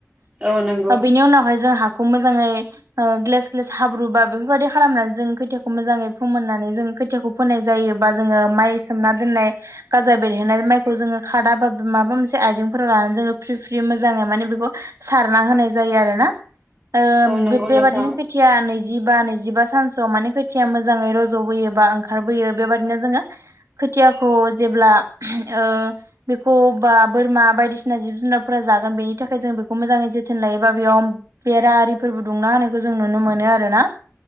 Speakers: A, on the right; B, on the right.
A: औ नंगौ
B: बेनि उनावहाय जों हाखौ मोजाङै ओ ग्लेस ग्लेस हाब्रुबा बेफोरबायाददि खालामनानै जों खैथियाखौ मोजाङै फोमोननानै जों खोथिखौ फोनाय जायोबा जोङो माइ सोमना दोननाय गाजा बेरहोनाय माइखौ जोङो खादा बा माबा मोनसे आइजेंफोराव लानानै जोङो फ्रि फ्रि मोजाङै माने बेखौ सारना होनाय जायो आरो ना ओ
A: औ नंगौ
B: बेबादिनो
A: नोंथां
B: खोथिया नैजिबा नैजिबा सानसोआव माने खोथिया मोजाङै रज'बोयो बा ओंखारबोयो बेबादिनो जोङो खोथियाखौ जेब्ला ओ बेखौ बा बोरमा बायदिसिना जिब जुनारफोरा जागोन बेनि थाखाय जों बेखौ मोजाङै जोथोन लायोबा बेयाव बेरा आरिफोरबो दुंना होनायखौ जों नुनो मोनो आरो ना